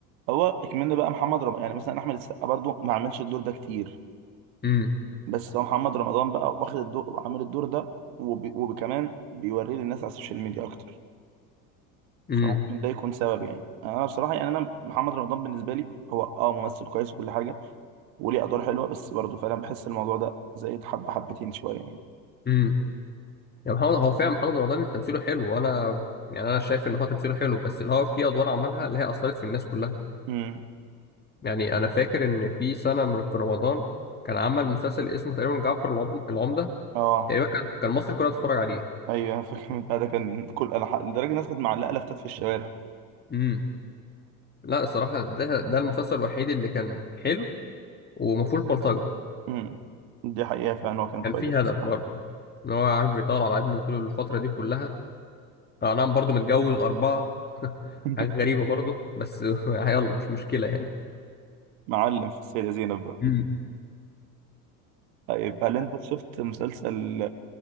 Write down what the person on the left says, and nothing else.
امم
امم
امم يا محمد هو فعلا محمد رمضان تمثيله حلو وانا يعني انا شايف ان هو تمثيله حلو بس اللي هو في ادوار عملها اللي هي اثرت في الناس كلها
يعني انا فاكر ان في سنه من في رمضان كان عمل مسلسل اسمه تقريبا جعفر العم- العمده
تقريبا كان كان مصر كلها بتتفرج عليه
امم لا الصراحة ده ده المسلسل الوحيد اللي كان حلو وما فيهوش بلطجة
كان
فيه
هدف برضه ان هو عارف بيطول على ابنه طول الفترة دي كلها آه، نعم برضه متجوز أربعة <laughs>
حاجة غريبة برضه بس <laughs> يلا مش مشكلة يعني
مم.